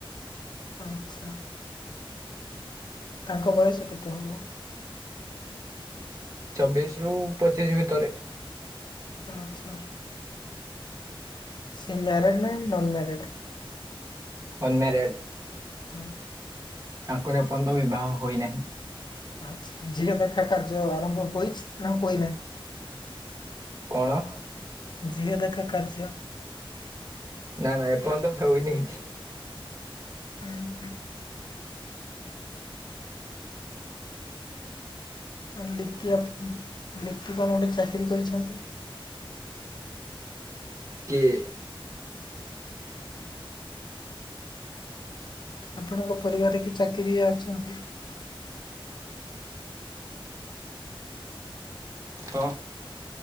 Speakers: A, on the left; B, on the right.
A: ଆଚ୍ଛା। ତାଙ୍କ ବୟସ କେତେ ହବ?
B: ଚବିଶ ରୁ ପଚିଶି ଭିତରେ।
A: ଆଚ୍ଛା। ସେ ମ୍ୟାରେଡ୍‌ ନା ନନ୍ ମ୍ୟାରେଡ?
B: ଅନମ୍ୟାରେଡ଼୍।
A: ଥା।
B: ତାଙ୍କର ଏପର୍ଯ୍ୟନ୍ତ ବିବାହ ହୋଇନାହିଁ।
A: ଆଛା ଝିଅ ଦେଖା କାର୍ଯ୍ୟ ଆରମ୍ଭ ହୋଇଛି ନା ହୋଇନାହିଁ।
B: କଣ?
A: ଝିଅ ଦେଖା କାର୍ଯ୍ୟ।
B: ନା ନା ଏପର୍ଯ୍ୟନ୍ତ ହୋଇନି କିଛି।
A: ହୁଁ ହୁଁ। ହଁ ଲିପି ଅପ୍ ଲିପି କଣ ଗୋଟେ ଚାକିରି କରିଛନ୍ତି।
B: କିଏ?
A: ଆପଣଙ୍କ ପରିବାରରେ କି ଚାକିରିଆ ଅଛନ୍ତି?
B: ହ